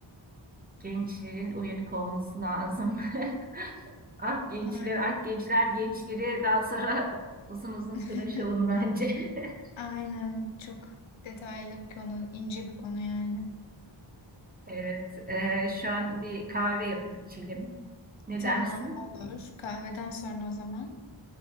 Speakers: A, on the right (about 20°); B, on the left (about 70°).
A: Gençlerin uyanık olması lazım. <laughs> Ah gençler,
B: Aynen.
A: ah gençler, gençleri daha sonra <laughs> uzun uzun
B: <laughs>
A: konuşalım bence. <laughs>
B: Aynen. Çok detaylı bir konu. ince bir konu yani.
A: Evet, e, şu an bir kahve yapıp içelim. Ne
B: Tamam
A: dersin?
B: olur. Kahveden sonra o zaman